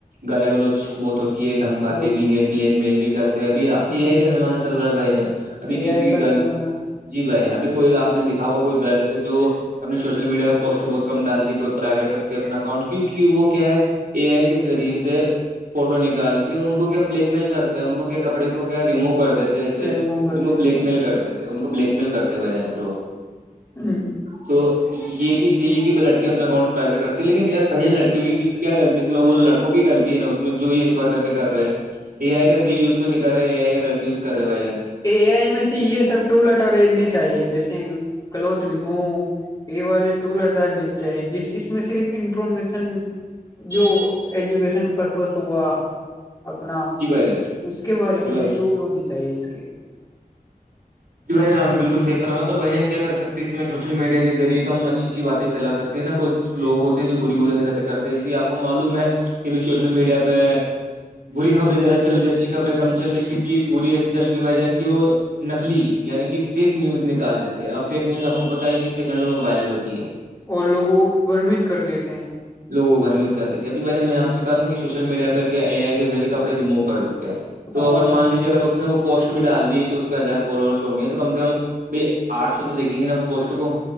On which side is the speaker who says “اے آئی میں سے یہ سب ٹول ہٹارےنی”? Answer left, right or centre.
Left